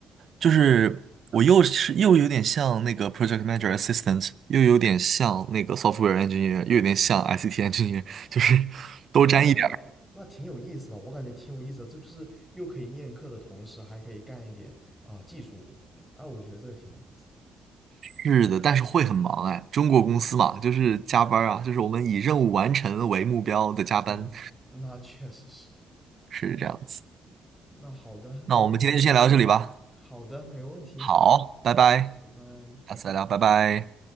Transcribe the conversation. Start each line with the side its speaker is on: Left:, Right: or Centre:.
Right: 就是我又是又有点像那个 project manager assistant，又有点像那个 software engineer，又有点像 ICT engineer，就是都沾一点。
Centre: 哦，那那那挺有意思的，我感觉挺有意思的，这就是又可以面客的同时，还可以干一点啊、技术活，哎，我觉得这个挺有意思的。
Right: 是的，但是会很忙哎。中国公司嘛，就是加班儿啊，就是我们以任务完成为目标的加班，
Centre: 哦，那确实是。
Right: 是这样子。
Centre: 那好的，
Right: 那我们今天就先聊到这里吧。
Centre: 那我们好的，没问题，
Right: 好，拜拜，
Centre: 拜拜。
Right: 下次再聊，拜拜。